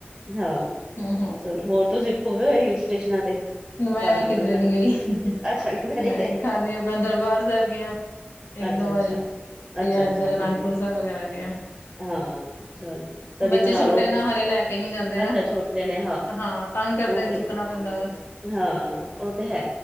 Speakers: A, in the centre; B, on the left.
A: ਹਾਂ,
B: ਹਮ ਹਮ
A: ਚਲੋ ਹੋਰ ਤੁਸੀਂ ਹੋਏ ਘੁੰਮੇ ਹਿਲ ਸਟੇਸ਼ਨਾਂ ਤੇ।
B: ਮੈਂ
A: ਪਹਾੜਾਂ
B: ਕਿਧਰੇ
A: ਵਗੈਰਾ
B: ਨੀ ਗਈ,
A: ਅੱਛਾ ਕਿਤੇ ਨੀ
B: ਨਈ
A: ਗਏ
B: ਖਾਲੀ ਆਪਣਾ ਦਰਬਾਰ ਸਾਹਿਬ ਗੇ ਆਂ। ਇੱਕ
A: ਅੱਛਾ-ਅੱਛਾ।
B: ਦੋ ਵਾਰੀ ਤੇ
A: ਅੱਛਾ-ਅੱਛਾ
B: ਯਾ ਏਧਰ ਅਨੰਦਪੁਰ
A: ਠੀਕ ਹੈ
B: ਸਾਹਿਬ ਵਗੈਰਾ ਗਏ ਆਂ।
A: ਹਾਂ ਚਲੋ ਕਦੀ
B: ਬੱਚੇ
A: ਬਣਾ
B: ਛੋਟੇ
A: ਲੋ।
B: ਨਾ ਹਲੇੇ ਲੈ ਕੇ ਨੀ ਜਾਂਦੇ ਨਾ,
A: ਅੱਛਾ ਛੋਟੇ ਨੇ
B: ਹਾਂ। ਤੰਗ ਕਰਦੇ
A: ਉਹ
B: ਨੇ
A: ਤੇ
B: ਚੁੱਕਣਾ ਪੈਂਦਾ ਵੈ।
A: ਹਾਂ ਓਂ ਤੇ ਹੈ